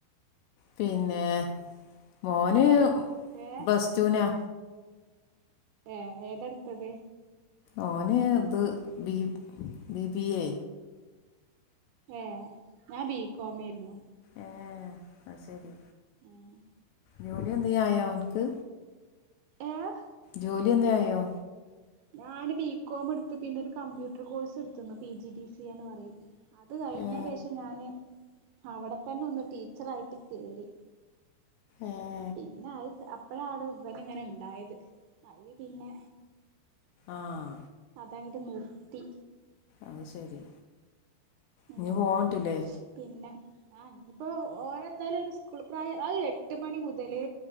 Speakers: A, on the left; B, on the right.
A: പിന്നെ മോന്
B: ഏഹ്
A: ബ്ലസ്റ്റുവിനാ
B: ഏഹ ഏതെടുത്തത്
A: ഓന ഇത് ബി ബിബിയിയേ
B: ഏഹ ഞാൻ ബികോമ ആയിരുന്നു
A: ഏഹ അത് ശരി
B: ഉം
A: ജോലി എന്ത് ചെയ്യയോ എനക്ക്?
B: ഏഹ
A: ജോലി എന്തായായോ?
B: ഞാന് ബി. കോം എടുത്ത് പിന്നെ ഒരു കമ്പ്യൂട്ടർ കോഴ്സ് എടുത്തുന്നു പി. ജി. ഡി. സി എന്ന് പറയും അത് കഴിഞ്ഞതിന്
A: ഏ
B: ശേഷം ഞാന് അവിടെ തന്നെ ഒന്ന് ടീച്ചറായിട്ട് കയറി
A: ഏഹ
B: പിന്നെ അത് അപ്പഴ ആണ് ഇവൻ ഇങ്ങനെ ഉണ്ടായത് അത് പിന്നെ
A: ആഹ്.
B: അതങ്ങട്ട് നിർത്തി.
A: അത് ശരി.
B: ഉം
A: ഇനി പോവാൻ പറ്റൂല്ലേ.
B: പിന്നെ. ആഹ് ഇനിയിപ്പോ ഓന് എന്തായാലും ഒരു സ്കൂൾ പ്രായം ആഹ് എട്ട് മണി മുതല്